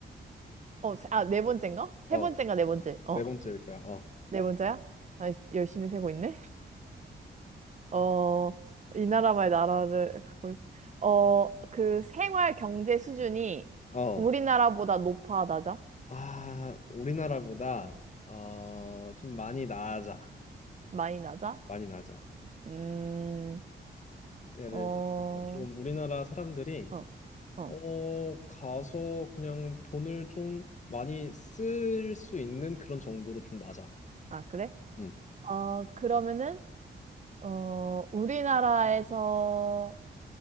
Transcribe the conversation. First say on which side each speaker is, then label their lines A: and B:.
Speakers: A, on the right; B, on the left.
A: 어, 세- 아, 네 번째인가? 세
B: 어,
A: 번째인가, 네 번째. 어,
B: 네 번째일 거야. 어.
A: 네 번째야? 아, 열심히 세고 있네. 어, 이 나라만의 나라를 갖고 있고, 어, 그 생활 경제 수준이
B: 어.
A: 우리나라보다 높아, 낮아?
B: 아, 우리나라보다 어, 좀 많이 나아져.
A: 많이 낮아?
B: 많이 낮아.
A: 음,
B: 예를
A: 어,
B: 들어서 좀 우리나라 사람들이
A: 어, 어.
B: 어 가서 그냥 돈을 좀 많이 쓸 수 있는 그런 정도로 좀 낮아.
A: 아, 그래?
B: 음.
A: 어, 그러면은, 어, 우리나라에서